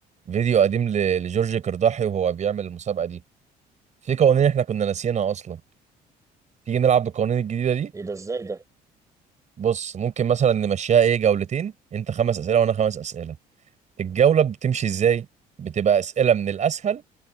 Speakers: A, on the right (about 45°); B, on the right (about 20°).
A: فيديو قديم ل- لجورج قرداحي وهو بيعمل المسابقه دي في قوانين احنا كنا ناسيينها اصلا تيجي نلعب بالقوانين الجديده دي
B: ايه ده ازاي ده
A: بص ممكن مثلا نمشيها ايه جولتين انت خمس اسئله وانا خمس اسئله الجوله بتمشي ازاي بتبقى اسئله من الاسهل